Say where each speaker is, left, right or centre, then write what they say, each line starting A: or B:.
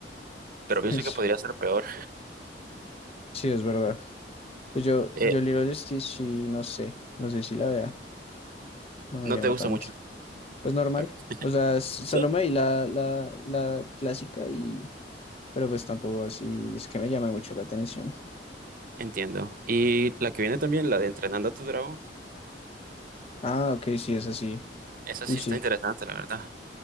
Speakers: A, on the right; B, on the left.
A: pero pienso
B: <laughs> Es-
A: que podría ser peor.
B: Sí, es verdad. Pues yo,
A: Eh,
B: yo Lilo Stitch sí, no sé, no sé si la vea, no me
A: no
B: llama
A: te gusta
B: tanto.
A: mucho,
B: Pues normal.
A: pero
B: O sea, s-
A: sí,
B: solo me vi la, la, la clásica y pero pues tampoco así es que me llame mucho la atención.
A: entiendo. Y la que viene también, la de Entrenando a tu Dragón,
B: Ah, ok, sí, es así.
A: esa
B: Uy,
A: sí
B: sí.
A: está interesante, la verdad.